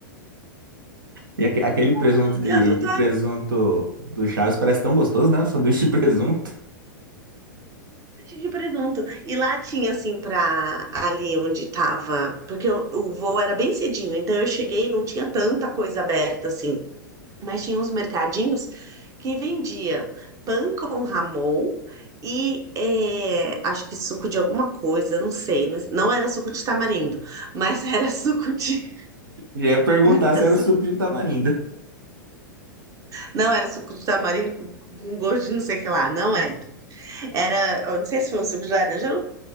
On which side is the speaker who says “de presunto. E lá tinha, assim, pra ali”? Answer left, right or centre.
Right